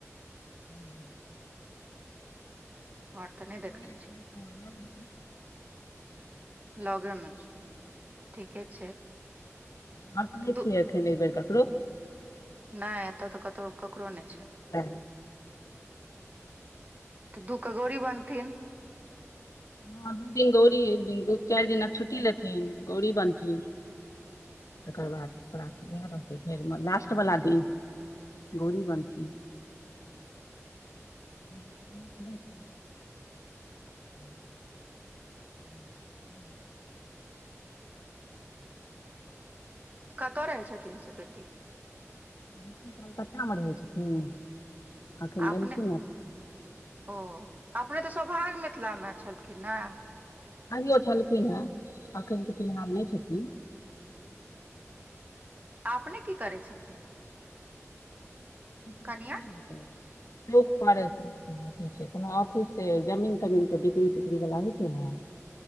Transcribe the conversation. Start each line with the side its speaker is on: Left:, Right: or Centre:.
Left: हँ
Right: घर तऽ देखने
Left: नहि बेसै
Right: छियनि
Left: हँ नहि बे छै ह
Right: लगेमेछ ठीके छै
Left: हम सुने
Right: तऽ दू
Left: छियै एखन एक बेर ककरो
Right: नहि एतऽ तऽ कतहु ककरो नहि छै
Left: ह
Right: तऽ दू क गोरी बनथिन
Left: हँ दू दिन गौरी एक दिन चारि दिनक छुट्टी लेथिन गौरी बनथिन तकर बाद प्राप वएह रहतै फेर लास्ट बला दिन गौरी बानथिन <inaudible> ह <inaudible> <inaudible>
Right: कतऽ रहै छथिन से बेटी
Left: बेटी कलकत्तामे रहै छथिन अखन
Right: अपने
Left: एलखिन हेँ
Right: ओ अपने तऽ सौभाग्य मिथिलामे छलखिन ने
Left: अभियो छललकिन ह अखन नहि छटनी
Right: अपने की करै छथिन
Left: नहि
Right: कनिया
Left: नहि लोक फार छै थ छै कोनो ऑफिस से जमीन तमीन के बिक्री तिक्री वला होइ छै ने